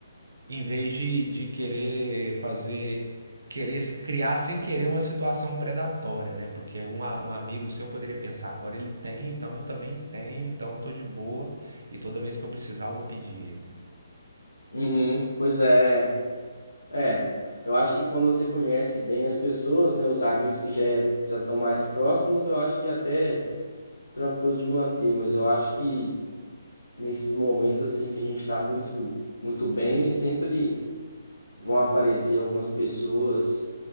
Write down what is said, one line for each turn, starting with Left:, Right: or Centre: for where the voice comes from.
Right: em vez de, de querer fazer querer criar sem querer uma situação predatória, né? Porque aí um, a- um amigo seu poderia pensar, agora ele tem, então eu também tenho, então eu tô de boa e toda vez que eu precisar eu vou pedir ele.
Left: Uhum, pois é. É. Eu acho que quando você conhece bem as pessoas, né? Os amigos que já é- já estão mais próximos, eu acho que é até tranquilo de manter, mas eu acho que nesses momentos assim que a gente tá muito, muito bem, sempre vão aparecer algumas pessoas